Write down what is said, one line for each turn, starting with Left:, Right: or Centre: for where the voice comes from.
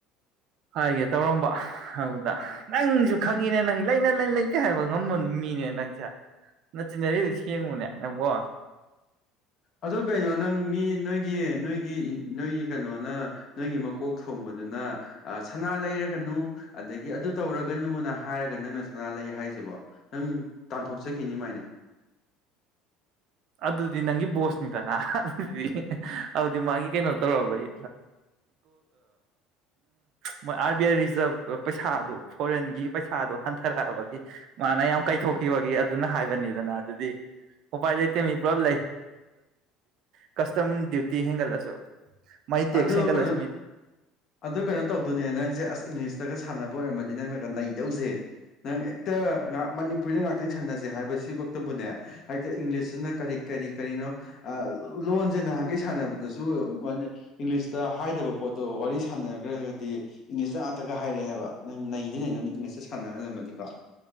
Right: ꯍꯥꯏꯒꯦ ꯇꯧꯔꯝꯕ ꯍꯥꯎꯗ ꯅꯪꯁꯨ ꯈꯪꯉꯤꯅꯦ ꯅꯪ ꯂꯩꯥꯏꯅ ꯂꯥꯏꯟ ꯂꯩꯇꯦ ꯍꯥꯏꯕ ꯉꯃ ꯃꯤꯅꯦꯅ ꯅꯪꯁꯦ ꯅ ꯆꯤꯟꯅꯔꯤ ꯑꯗꯨ ꯁꯦꯡꯉꯨꯅꯦ ꯅꯪꯕꯣ
Left: ꯑꯗꯨ ꯀꯩꯅꯣ ꯅꯪ ꯃꯤ ꯅꯣꯏꯒꯤ ꯅꯣꯏꯒꯤ ꯅꯣꯏꯒꯤ ꯀꯩꯅꯣꯅ ꯅꯣꯏꯒꯤ ꯃꯀꯣꯛ ꯊꯣꯡꯕꯗꯨꯅ ꯁꯅꯥ ꯂꯩꯔꯒꯅꯨ ꯑꯗꯒꯤ ꯑꯗꯨ ꯇꯧꯔꯒꯅꯨꯅ ꯍꯥꯏꯔꯒ ꯅꯪꯅ ꯁꯅꯥ ꯂꯩ ꯍꯥꯏꯁꯤꯕꯣ ꯅꯪ ꯇꯥꯟꯊꯣꯛꯆꯈꯤꯅꯤꯃꯥꯏꯅ
Right: ꯑꯗꯨꯗꯤ ꯅꯪꯒꯤ ꯕꯣꯁꯅꯤꯗꯅ ꯑꯗꯨꯗꯤ ꯑꯗꯨꯗꯤ ꯃꯥꯒꯤ ꯀꯩꯅꯣ ꯇꯧꯔꯛꯑꯕꯩ ꯎ ꯑꯥꯔꯕꯤ ꯑꯥꯏ ꯔꯤꯖꯥꯕ ꯄꯩꯁꯥꯗꯨ ꯐꯣꯔꯦꯟꯒꯤ ꯄꯩꯁꯥꯗꯨꯣ ꯍꯟꯊꯔꯛꯑꯕꯒꯤ ꯃꯥꯅ ꯌꯥꯝ ꯀꯥꯏꯊꯣꯛꯈꯤꯕꯒꯤ ꯑꯗꯨꯅ ꯍꯥꯏꯕꯅꯤꯗꯅ ꯑꯗꯨꯗꯤ ꯎꯄꯥꯏ ꯃꯤ ꯄ꯭ꯔꯣꯞ ꯂꯩ ꯀꯁꯇꯝ ꯗ꯭ꯌꯨꯇꯤ ꯍꯦꯟꯒꯠꯂꯁꯨ ꯃꯥꯏ ꯇꯦꯛꯁ
Left: ꯑꯗꯨ
Right: ꯍꯦꯟꯒꯠꯂꯁꯨ
Left: ꯀꯩꯅꯣ
Right: ꯃꯤ
Left: ꯑꯗꯨ ꯀꯩꯅꯣ ꯇꯧꯗꯨꯅꯦ ꯅꯪꯁꯦ ꯑꯁ ꯏꯪꯂꯤꯁꯇꯒ ꯁꯥꯟꯅꯕ ꯑꯣꯏꯔꯝꯃꯗꯤ ꯅꯪꯅ ꯅꯩꯗꯧꯁꯦ ꯅꯪ ꯍꯦꯛꯇ ꯃꯅꯤꯄꯨꯔꯤꯗ ꯉꯍꯇꯪ ꯁꯥꯟꯅꯁꯦ ꯍꯥꯏ ꯁꯤꯐꯛꯇꯕꯨꯅꯦ ꯍꯦꯛꯇ ꯏꯪꯂꯤꯁꯁꯤꯅ ꯀꯔꯤ ꯀꯔꯤ ꯀꯔꯤꯅꯣ ꯂꯣꯟꯁꯦ ꯅꯍꯥꯟꯈꯩ ꯁꯥꯟꯅꯕꯗ ꯆ ꯃꯅꯦ ꯏꯪꯂꯤꯁꯇ ꯍꯥꯏꯗꯕ ꯄꯣꯠꯇꯣ ꯋꯥꯔꯤ ꯁꯥꯟꯅꯈ꯭ꯔꯒꯗꯤ ꯏꯪꯂꯤꯁꯇ ꯉꯥꯛꯇꯒ ꯍꯥꯏꯔꯛꯑꯦ ꯍꯥꯏꯕ ꯅꯪ ꯅꯩꯗꯤ ꯅꯩꯗꯨꯅ ꯏꯪꯂꯤꯁꯇ ꯁꯥꯟꯅꯍꯜꯂꯝꯃꯗꯤꯀꯣ